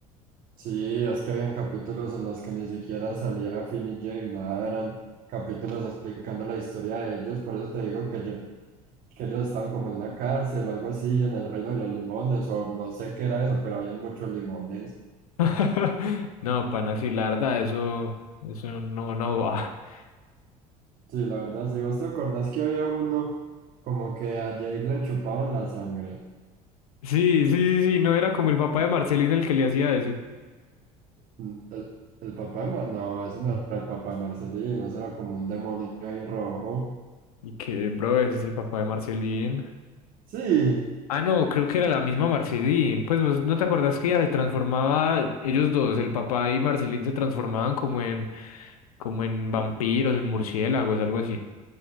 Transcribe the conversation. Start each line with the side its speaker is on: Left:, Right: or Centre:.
Right: Sí, es que habían capítulos en los que ni siquiera salía Finn y Jake, nada, eran capítulos explicando la historia de ellos, por eso te digo que, yo- que ellos estaban como en una cárcel o algo así, en el reino de los limones, o no sé qué era eso, pero habían muchos limones.
Left: <laughs> No, pana, sí, la verdad, eso, eso no, no va. <laughs>
Right: Sí, la verdad, si vos te acordás que había uno como que a Jake le chupaban la sangre.
Left: Sí, sí, sí, sí, no era como el papá de Marcelín el que le hacía eso.
Right: Mm, El, el papá de Mar- no, ese no era el papá de Marcelino, ese era como un demonio ahí rojo.
Left: Y que, bro, ese es el papá de Marcelín.
Right: Sí.
Left: Ah, no, creo que era la misma Marcelín. Pues no, ¿no te acuerdas que ella se transformaba, ellos dos, el papá y Marcelín se transformaban como en, como en vampiros, en murciélagos, algo así.